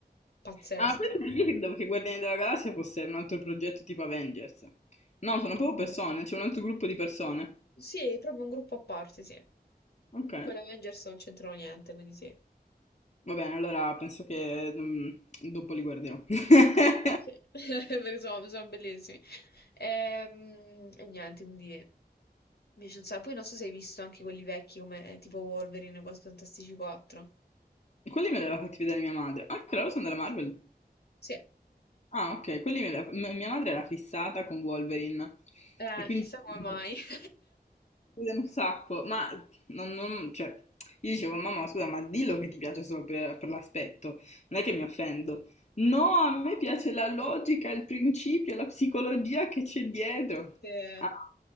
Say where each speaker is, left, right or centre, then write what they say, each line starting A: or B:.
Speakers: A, on the left; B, on the left.
A: pazzeschi.
B: Ah, ma penso che io credevo che Guardiani della Galassia fosse un altro progetto tipo Avengers. No, sono proprio persone, c'è un altro gruppo di persone.
A: Sì, proprio un gruppo a parte, sì.
B: Ok.
A: Con gli Avengers non c'entrano niente, quindi sì.
B: Va bene, allora penso che mm, dopo li guarderò. <laughs>
A: Sì, <laughs> perché sono, sono bellissimi. Ehm, E, niente, quindi mi piace un sacco. Poi non so se hai visto anche quelli vecchi come tipo Wolverine e Quattro Fantastici 4.
B: Quelli me li aveva fatti vedere mia madre. Ah, che loro sono della Marvel.
A: Sì.
B: Ah, ok, quelli me li aveva- m- mia madre era fissata con Wolverine
A: Eh,
B: e quindi
A: chissà come mai.
B: li
A: <laughs>
B: vedono un sacco, ma non, non- cioè, io dicevo, mamma, scusa, ma dillo che ti piace solo per, per l'aspetto, non è che mi offendo. No, a me piace la logica, il principio, la psicologia che c'è dietro.
A: Sì. Eh,
B: Ah,